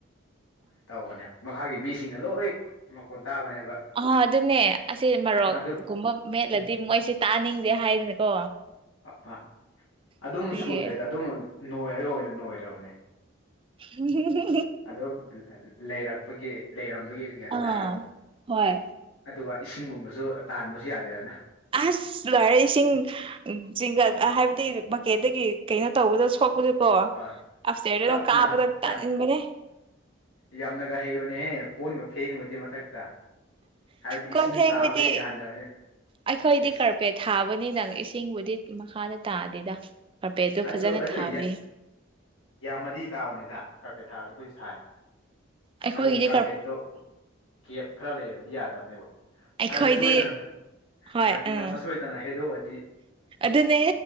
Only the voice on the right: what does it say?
ꯑ ꯑꯗꯨꯅꯦ ꯑꯁꯤꯁꯦ ꯃꯔꯣꯛꯀꯨꯝꯕ
ꯃꯦꯠꯂꯗꯤ
ꯃꯨꯛ ꯑꯩꯁꯦ ꯇꯥꯅꯤꯡꯗꯦ ꯍꯥꯏꯗꯅꯀꯣ
ꯑꯗꯨꯒꯤ
ꯎꯝ
ꯑꯥ
ꯍꯣꯏ
ꯑꯁ ꯂꯥꯏꯔꯛ ꯏꯁꯤꯡ ꯆꯤꯡꯒꯠ ꯍꯥꯏꯕꯗꯤ ꯃꯀꯦꯠꯇꯒꯤ ꯀꯩꯅꯣ ꯇꯧꯕꯗꯣ ꯁꯣꯛꯄꯗ
ꯣꯐꯦꯝ
ꯀꯥꯄꯗ ꯇꯅꯤꯕꯅꯦꯦ
ꯀꯣꯟ
ꯐꯦꯡꯕꯗꯤ
ꯑꯩꯈꯣꯏꯗꯤ
ꯀꯔꯄꯦꯠ ꯊꯥꯕꯅꯤ ꯅꯪ ꯏꯁꯤꯡꯕꯨꯗꯤ ꯃꯈꯥꯗ ꯇꯥꯗꯦꯗ ꯄꯄꯦ ꯑꯗꯨ
ꯐꯖꯅ
ꯊꯥꯕꯤ
ꯑꯩꯈꯣꯏꯒꯤꯗꯤ
ꯀꯥꯔ
ꯑꯩꯈꯣꯏꯗꯤ
ꯍꯣꯏ
ꯎꯝ
ꯑꯗꯨꯅꯦ